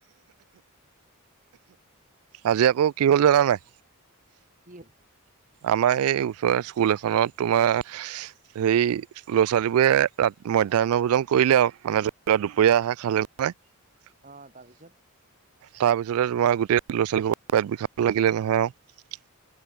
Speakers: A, on the right; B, on the right.
A: আজি আকৌ কি হ'ল জানা নাই?
B: এক
A: আমাৰ এই ওচৰৰ স্কুল এখনত তোমাৰ সেই ল'ৰা ছোৱালীবোৰে ৰা মধ্যাহ্ন ভোজন কৰিলে আৰু মানে ধৰি ল দুপৰীয়া আহে খালে <inaudible>
B: আহ তাৰপিছত
A: তাৰপিছতে তোমাৰ গোটেই ল'ৰা ছোৱালী পেট বিষাব লাগিলে নহয় আৰু।